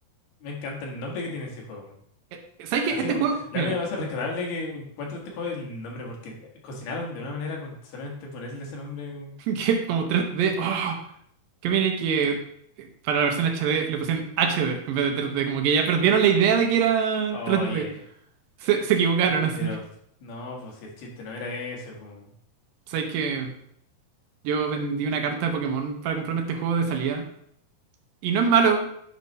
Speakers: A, on the left; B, on the right.
A: me encanta el nombre que tiene ese juego.
B: Eh, ¿Sabes qué?
A: Así
B: Este
A: como,
B: juego,
A: la
B: mira,
A: única cosa rescatable que encuentro de este juego es el nombre, porque cocinaron de una manera con solamente ponerle ese nombre.
B: <laughs>
A: weón.
B: que es como tres d ¡Oh! Que viene que eh, para la versión HD le pusieron HD en vez de tres d Como que ya perdieron la idea de que era
A: Oye,
B: tres d Se,
A: eh,
B: se equivocaron
A: mm,
B: <laughs> así.
A: pero no, pues si el chiste no era ese, pues.
B: ¿Sabes que Yo vendí una carta de Pokémon para comprarme este juego de salida. Y no es malo,